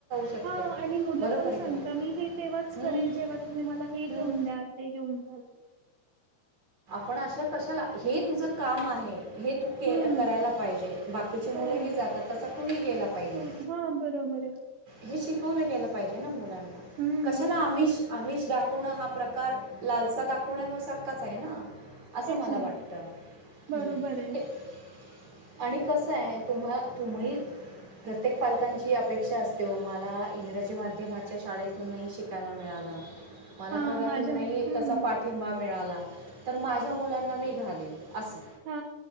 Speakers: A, on the right (about 40°); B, on the right (about 75°).
A: शकते
B: हा आणि मुलं
A: बरोबर
B: पण
A: आहे
B: सांगत
A: की नाही
B: मी हे तेव्हाच करेल
A: हं,
B: जेव्हा तुम्ही मला हे घेऊन
A: हं.
B: द्याल ते घेऊन द्याल
A: पण अशा कशाला? हे तुझं काम आहे. हे तू के
B: हं.
A: करायला पाहिजे. बाकीचे
B: हो.
A: मुलंही जातात तसा <inaudible> तूही गेला पाहिजे
B: हो. हां, बरोबर आहे.
A: हे श शिकवलं गेलं पाहिजे ना मुला
B: हं,
A: कशाला
B: तेच
A: आमिष
B: ना,
A: आमिष दाख पण <inaudible> हा प्रकार <inaudible> लालसा दाखवण्या सारखाच आहे ना <inaudible> असं
B: तेच
A: मला
B: ना.
A: <inaudible> वाटतं
B: बरोबर
A: हं.
B: आहे.
A: <inaudible> आणि कसं आहे तुम्हा तुम्ही प्रत्येक पालकांची अपेक्षा असते मला <inaudible> इंग्रजी माध्यमाच्या शाळेतून नाही शिकायला मिळालं. <inaudible> मला
B: हां,
A: घरातून
B: माझ्या
A: नाही
B: हं,
A: त्यासा पाठिंबा मिळाला <inaudible> तर माझ्या <inaudible> मुलांना मी घालेन असं
B: हा